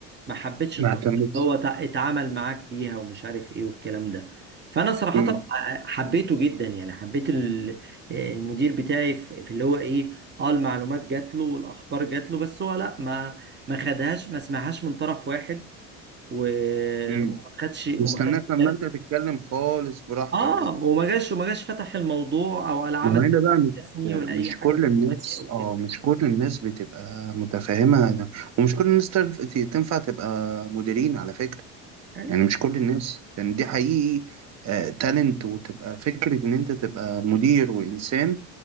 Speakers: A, on the right; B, on the right.
A: ما حبيتش
B: ما
A: الطريقه
B: اهتمتش
A: اللي هو تع- اتعامل معاك بيها ومش عارف ايه والكلام ده فانا صراحه
B: امم
A: حبيته جدا يعني حبيت ال- المدير بتاعي في في اللي هو ايه اه المعلومات جات له والاخبار جات له بس هو لا ما ما خدهاش ما سمعهاش من طرف واحد و-
B: امم
A: وما خدش
B: واستناك
A: وما خدش
B: لما
A: بالك.
B: انت تتكلم خالص براحتك
A: اه
B: بقى
A: وما جاش وما جاش فتح الموضوع او ولا عمل
B: ما هو هنا بقى مش
A: رسمي ولا اي
B: مش
A: حاجه
B: كل
A: في الحاجات
B: الناس
A: دي او
B: اه
A: كده
B: مش كل الناس بتبقى متفاهمة ومش كل الناس تنف- تنفع تبقى مديرين على فكرة
A: أيوة.
B: يعني مش كل الناس يعني دي حقيقي آه تالنت وتبقى فكرة إن أنت تبقى مدير وإنسان